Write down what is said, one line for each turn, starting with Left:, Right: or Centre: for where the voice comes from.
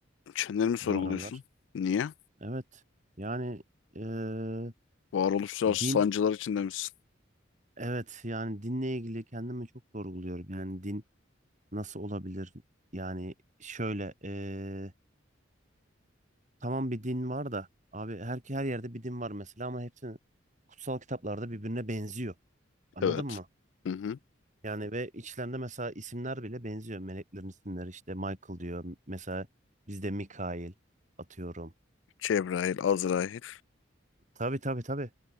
Left: Kendini mi sorguluyorsun?
Right: bu aralar.
Left: Niye?
Right: Evet. Yani eee,
Left: Varoluşsal
Right: din.
Left: sancılar içinde misin?
Right: Evet. Yani dinle ilgili kendimi çok sorguluyorum. Yani din nasıl olabilir? Yani şöyle eee, tamam bir din var da abi her her yerde bir din var mesela ama hepsi kutsal kitaplarda birbirine benziyor. Anladın
Left: Evet.
Right: mı?
Left: Hı hı.
Right: Yani ve içlerinde mesela isimler bile benziyor. Meleklerin isimleri işte Michael diyor. Mesela bizde Mikail atıyorum.
Left: Cebrail, Azrail.
Right: Tabii tabii tabii.